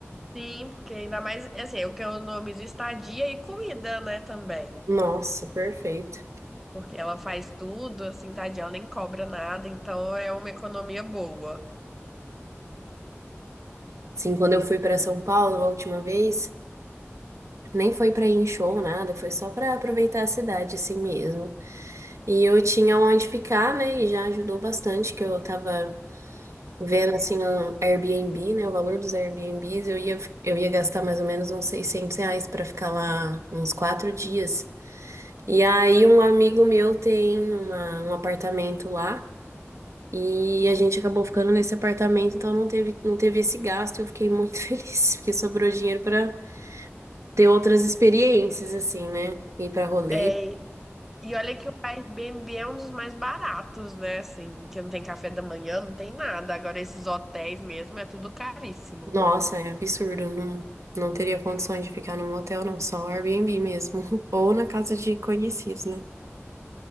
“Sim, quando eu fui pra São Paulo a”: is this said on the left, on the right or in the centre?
Right